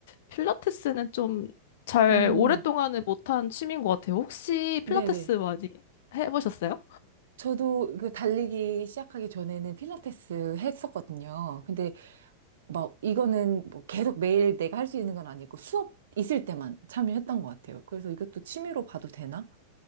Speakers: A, on the left; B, on the right.
A: 필라테스는 좀 잘
B: 음,
A: 오랫동안은 못한 취미인 것 같아요. 혹시 필라테스
B: 네네.
A: 많이 해보셨어요?
B: 저도 그 달리기 시작하기 전에는 필라테스 했었거든요. 근데 막 이거는 뭐 계속 매일 내가 할 수 있는 건 아니고 수업 있을 때만 참여했던 것 같아요. 그래서 이것도 취미로 봐도 되나?